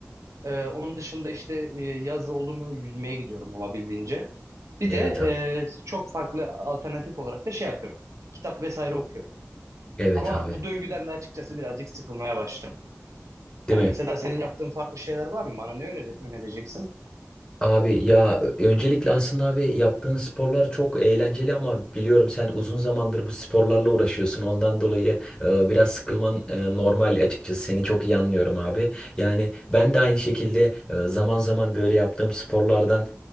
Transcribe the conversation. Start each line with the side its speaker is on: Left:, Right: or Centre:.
Right: Ee, onun dışında işte e, yaz oldu mu yüzmeye gidiyorum olabildiğince. Bir
Left: Evet
Right: de e,
Left: abi.
Right: çok farklı alternatif olarak da şey yapıyorum. Kitap vesaire okuyorum.
Left: Evet
Right: Ama
Left: abi.
Right: bu döngüden de açıkçası birazcık sıkılmaya başladım.
Left: Değil
Right: Yani
Left: mi?
Right: mesela senin yaptığın farklı şeyler var mı? Bana ne öne- önereceksin?
Left: Abi ya ö- öncelikle aslında abi yaptığın sporlar çok eğlenceli ama biliyorum sen uzun zamandır bu sporlarla uğraşıyorsun. Ondan dolayı e, biraz sıkılman e, normal açıkçası. Seni çok iyi anlıyorum abi. Yani ben de aynı şekilde e, zaman zaman böyle yaptığım sporlardan